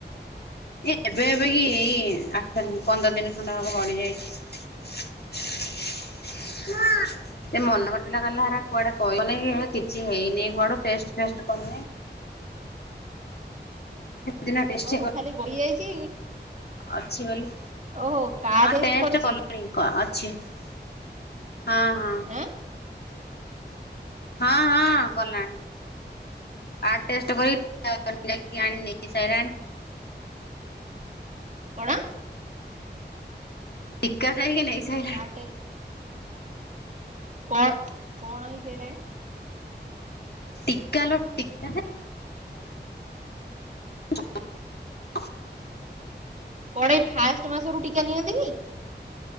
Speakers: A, on the left; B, on the right.
A: ଏ ଏବେ ଏବେ କି ଏଇ ଆଠ ଦିନ ପନ୍ଦର ଦିନ ଖଣ୍ଡା ହବ ଗଡି ଯାଇଛି। ସେ ମନ କରିଦଥିଲା କହିଲରା
B: ଓହୋ
A: କୁଆଡେ କହିଲ। କିଛି ହେଇନି କୁଆଡୁ ଟେଷ୍ଟ ଫେଷ୍ଟ କରିନି ଦିନ ଟେଷ୍ଟ
B: ଓହୋ ଖାଲି ଗଳି ଯାଇଛି
A: ଅଛି ବୋଲି
B: ଓହୋ କାର୍ଡ
A: ହଁ ଟେଷ୍ଟ
B: କରିଛି
A: କଲେଣି କ <unintelligible> ହଁ ହଁ।
B: ଆଁ
A: ହଁ ହଁ। କଲାଣି ଆ ଟେଷ୍ଟ କରିକି <unintelligible> ନେଇକି ଆଣିକି ନେଇ ସାରିଲାଣି।
B: କଣ?
A: ଏକା। କାଇଁକି ନେଇ ସାଇଲାଣି।
B: କାର୍ଡ ଟେ କଣ କଣ ହେଇ ସାଇଲାଣି?
A: ଟିକା ଲୋ ଟିକା <unintelligible>
B: କଣ ଏଇ ଫାଷ୍ଟ ମାସରୁ ଟିକା ନିଅନ୍ତି କି?